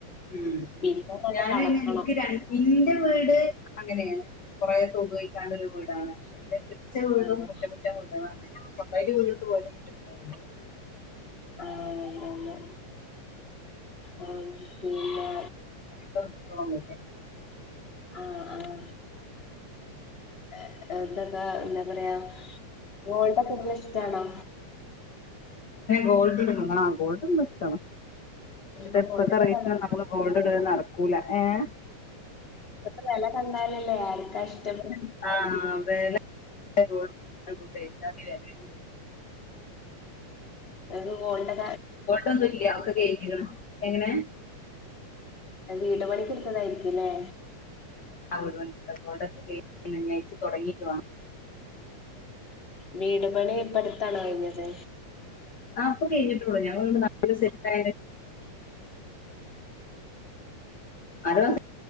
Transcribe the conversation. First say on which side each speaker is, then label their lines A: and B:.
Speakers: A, on the left (about 35°); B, on the left (about 20°).
A: ഊം
B: പിന്നെ അങ്ങട്ട്
A: ഞാനുപിന്നെ
B: കടക്കണം
A: ഇൻക്ക് രൺ ഇന്റെ വീട് ട് അങ്ങനെയാണ് കൊറേ തോപ്പുകയ്ഞ്ഞിട്ടാണൊരു വീടാണ് പക്ഷെ ൻ്റെ ച്ചവീടും
B: ആഹ്
A: മുറ്റംമുറ്റം മുട്ടണതാണ് സൊന്തായിട്ട് വീടെടുത്ത് പോയതും മുറ്റംമുറ്റം മുട്ടണതാണ്
B: ആണ് <unintelligible> ആ പിന്നെ
A: ട്ടോർക്ക് കിട്ടണംന്നില്ലേ
B: ആഹ് ആഹ് എ എന്താണി താ എന്താ പറയാ ഗോൾഡൊക്കെ <unintelligible> ഇഷ്ടാണോ
A: ഗോൾഡിട്ണ്ട്ന്ന് ആ ഗോൾഡും ബെസ്റ്റാണ്
B: ഇപ്പൊ
A: ദേഇപ്പത്തെ
B: ഗോൾഡിന്റെ
A: റേറ്റന്
B: കളർ
A: നമ്മള് ഗോൾഡ് ഇടുക നടക്കൂല ഏഹ്
B: ഇപ്പത്തെ വെല കണ്ടാലല്ലേ ആർക്കാഷ്ടപ്പെ
A: ആഹ് വേല എഗോൾഡ് പണ്ടൂട്ടെ ഇജ്ജാതി വെലയാണ്
B: അതുഗോൾഡൽ
A: ഗോൾഡൊന്നൂല്ല്യാ ഒക്കെ ഗേക്കിക്കണ് എങ്ങനെ
B: വീട് പണിക്കെടുത്തതായിരിക്കൂല്ലേ
A: ആ അവിടു വണ്ടി ത കോളുടെൊക്കെ കേയച്ചു തുടങ്ങിയിട്ടുാണ്
B: വീട് പണി ഇപ്പടുത്താണ് കഴിഞ്ഞത്
A: ആ അപ്പൊ കഴിട്ടുള്ളൂ ഞ ന സൊയർ <unintelligible> അരസ